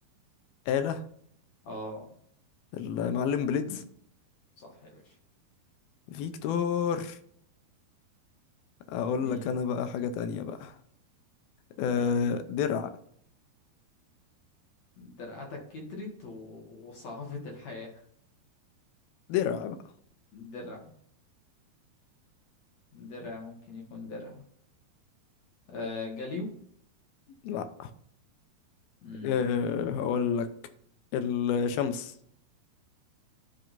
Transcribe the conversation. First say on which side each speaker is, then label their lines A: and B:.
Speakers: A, on the left (about 75°); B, on the left (about 55°).
A: آلة
B: اه
A: المعلم بليدز
B: صح يا باشا
A: فيكتور اقول
B: مين
A: لك انا بقى حاجه تانية بقى
B: قول
A: أه
B: لي حاجة تانية.
A: درع
B: درعتك كترت و... وصعبت الحياة
A: درع بقى
B: درع درع ممكن يكون درع آه جاليو
A: لا
B: مم.
A: أه هقول لك الشمس